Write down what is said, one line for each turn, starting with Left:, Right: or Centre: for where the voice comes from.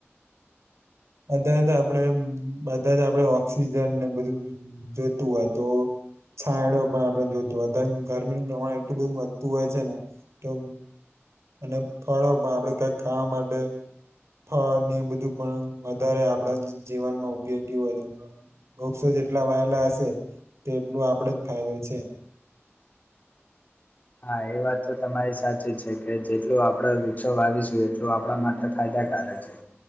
Right: અત્યારે તો આપણે બધા જ આપણેે ઓક્સિજન ને બધું જોઈતું હોય તો છાંયડો પણ આપણે જોઈતો હોઈ ગરમીનું પ્રમાણ એટલું બધું વધતું હોય છે ને, તો અને ફળો ભા આપડે ક્યાંક ખાવા માટે ફળને એ બધું પણ વધારે આપડા જીવનમાં ઉપયોગી હોય, ઓક્સિજ જેટલા વાયેલા હશે, તેટલું આપડે જ ફાયદો છે.
Left: <unintelligible> <inaudible> હા એ વાત તો તમારી સાચી છે, કે જેટલું આપડે વૃક્ષો વાવીશું એટલું આપણા માટે ફાયદા કારક છે.